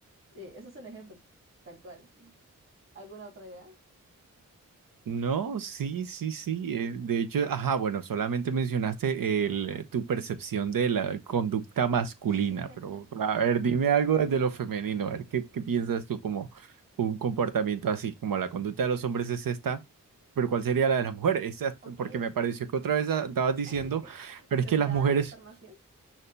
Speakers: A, on the right (about 40°); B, on the right (about 80°).
A: Eh, ese es un ejemplo, tal cual. ¿Alguna otra idea?
B: No, sí, sí, sí. eh, de hecho, ajá, bueno, solamente mencionaste el, eh, tu percepción de la conducta masculina,
A: <laughs>
B: pero a ver, dime algo desde lo femenino, a ver, ¿qué, qué piensas tú como un comportamiento así, como la conducta de los hombres es esta, pero cuál sería la de las mujeres? Esa-
A: Ok,
B: porque me pareció que otra vez a- estabas diciendo,
A: <laughs>
B: pero
A: sesgada
B: es que las mujeres,
A: la información.